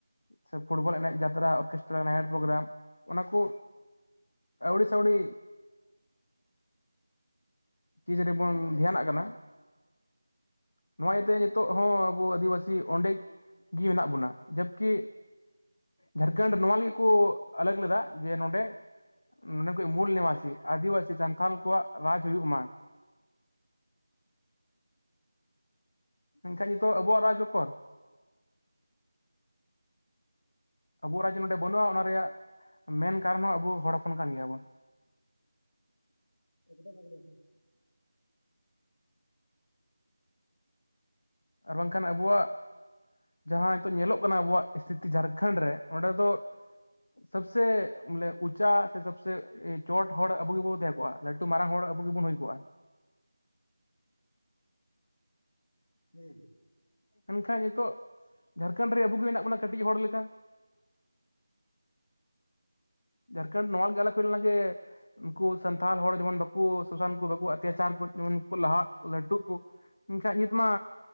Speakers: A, on the left (about 45°); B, on the left (about 65°).
A: ᱥᱮ ᱯᱷᱩᱴᱵᱚᱞ ᱮᱱᱮᱡ ᱡᱟᱛᱨᱟ ᱚᱨᱠᱮᱥᱴᱨᱟ ᱱᱟᱭᱤᱴ ᱯᱨᱳᱜᱨᱟᱢ ᱚᱱᱟ ᱠᱩ ᱟᱹᱣᱨᱤ ᱥᱟᱣᱲᱤ ᱠᱤ ᱡᱟᱱᱤ ᱵᱚᱱ ᱫᱷᱮᱭᱟᱱᱟᱜ ᱠᱟᱱᱟ ᱱᱚᱣᱟ ᱤᱭᱟᱹᱛᱮ ᱱᱤᱛᱚᱜ ᱦᱚᱸ ᱟᱵᱚ ᱟᱹᱫᱤᱵᱟᱹᱥᱤ ᱚᱸᱰᱮ ᱜᱮᱴᱤ ᱢᱮᱱᱟᱜ ᱵᱚᱱᱟ ᱡᱟᱵᱠᱤ ᱡᱷᱟᱲᱠᱷᱚᱱᱰ ᱱᱚᱣᱟ ᱞᱟ. ᱜᱤᱫ ᱠᱚ ᱟᱞᱟᱜ ᱞᱮᱫᱟ ᱡᱟᱵᱠᱤ ᱱᱚᱸᱰᱮ ᱠᱚ ᱢᱩᱞ ᱱᱮᱢᱟᱥᱤ ᱟᱹᱫᱤᱵᱟᱹᱥᱤ ᱥᱟᱱᱛᱷᱟᱞ ᱠᱚᱣᱟᱜ ᱨᱟᱡᱽ ᱦᱩᱭᱩᱜ ᱢᱟ ᱮᱱᱠᱷᱟᱱ ᱱᱤᱛᱳᱜ ᱟᱵᱚᱣᱟᱜ ᱨᱟᱡᱽ ᱚᱠᱚᱨ? ᱟᱵᱚᱣᱟᱜ ᱨᱟᱡ ᱱᱚᱰᱮ ᱵᱟᱹᱱᱩᱜᱼᱟ ᱚᱱᱟ ᱨᱮᱭᱟᱜ ᱢᱮᱱ ᱠᱟᱨᱚᱱ ᱦᱚᱸ ᱟᱵᱚ ᱦᱚᱲ ᱦᱚᱯᱚᱱ ᱠᱟᱱ ᱜᱮᱭᱟ ᱵᱩᱱ᱾
B: ᱮᱠᱫᱚᱢ ᱮᱠᱫᱚᱢ᱾
A: ᱟᱨ ᱵᱟᱝᱠᱷᱟᱱ ᱟᱵᱚᱣᱟᱜ ᱡᱟᱦᱟᱸ ᱱᱤᱛᱚᱜ ᱧᱮᱞᱚᱜ ᱠᱟᱱᱟ ᱟᱵᱚᱣᱟᱜ ᱤᱥᱛᱷᱤᱛᱤ ᱡᱷᱟᱲᱠᱷᱚᱸᱰ ᱨᱮ ᱚᱸᱰᱮ ᱫᱚ ᱥᱚᱵᱥᱮ ᱵᱚᱞᱮ ᱩᱪᱟ ᱥᱮ ᱥᱚᱵᱥᱮ ᱪᱚᱴ ᱦᱚᱲ ᱟᱵᱚ ᱜᱮᱵᱚ ᱛᱟᱦᱮᱸ ᱠᱚᱜᱼᱟ᱾ ᱞᱟᱹᱴᱩ ᱢᱟᱨᱟᱝ ᱦᱚᱲ ᱟᱵᱚ ᱜᱮᱵᱚᱱ ᱦᱩᱭ ᱠᱚᱜᱼᱟ᱾
B: ᱦᱩᱸ
A: ᱢᱮᱱᱠᱷᱟᱱ ᱱᱤᱛᱚᱜ ᱡᱷᱟᱲᱠᱷᱚᱸᱰ ᱨᱮ ᱟᱵᱚ ᱜᱮ ᱢᱮᱱᱟᱜ ᱵᱚᱱᱟ ᱠᱟᱹᱴᱤᱡ ᱦᱚᱲ ᱞᱮᱠᱟ᱾ ᱡᱷᱟᱲᱠᱷᱚᱸᱰ ᱱᱚᱣᱟ ᱜᱮᱞᱮ ᱦᱩᱭ ᱞᱮᱱᱟ ᱡᱮ ᱩᱱᱠᱩ ᱥᱟᱱᱛᱷᱟᱞ ᱦᱚᱲ ᱡᱮᱢᱚᱱ ᱵᱟᱠᱩ ᱥᱳᱥᱟᱱ ᱠᱚ ᱵᱟ ᱚᱛᱛᱟᱪᱟᱨ ᱠᱚ ᱡᱮᱢᱚᱱ ᱩᱱᱠᱩ ᱞᱟᱦᱟᱜ ᱞᱟᱹᱴᱩ ᱠᱚ ᱮᱱᱠᱷᱟᱱ ᱱᱤᱛ ᱢᱟ